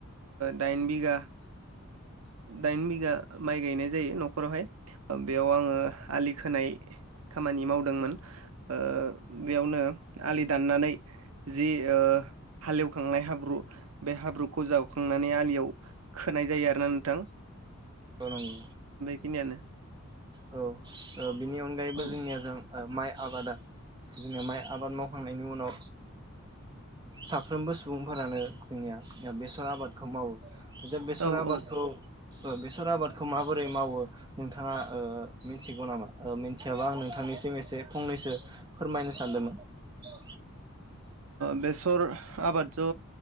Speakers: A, on the right; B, on the right.
A: दाइन बिघा दाइन बिघा माइ गायनाय जायो न'खरावहाय बेयाव आङो आलि खोनाय। खामानि मावदों। मावदोंमोन ओ बेयावनो आलि दाननानै जि ओ हालेवदोंमोन जखांनाय हाब्रु बे हाब्रुखौ जावखांनानै आलियाव खोनाय जायो आरोना नोंथां।
B: ओ नंगो।
A: बिखिनियानो
B: औ औ बिनि अनगायैबो
A: औ
B: जोंनिया जों। माइ आबादा जोङो माइ आबाद मावखांनायनि उनाव। साफ्रोमबो सुबुंफोरानो जोंनिया बेसर आबादखौ मावो। जे बेसर
A: औ
B: आबादखौ
A: औ
B: बेसर आबादखौ माबोरै मावो नोंथाङा। मिथिगौ नामा मिथियाबा आं नोंथांनिसिम एसे फंनैसो फोरमायनो सानदोंमोन। ज
A: बेसर आबाद ज